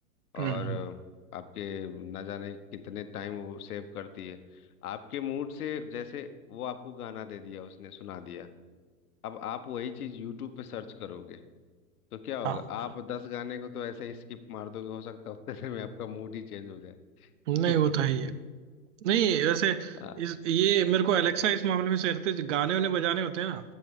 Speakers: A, on the right (about 50°); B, on the left (about 70°).
A: हम्म
B: और अ, आपके ना जाने कितने टाइम वो सेव करती है आपके मूड से जैसे वो आपको गाना दे दिया उसने सुना दिया अब आप वही चीज यूट्यूब पे सर्च करोगे तो क्या होगा
A: हाँ
B: आप दस गाने को तो ऐसे ही स्किप मार दोगे हो सकता है उतने देर में आपका मूड ही चेंज हो जाए <laughs>
A: नहीं वो तो है ही है नहीं वैसे
B: आ,
A: इस ये मेरे को एलेक्सा इस मामले में सहते गाने उन्हें बजाने होते हैं ना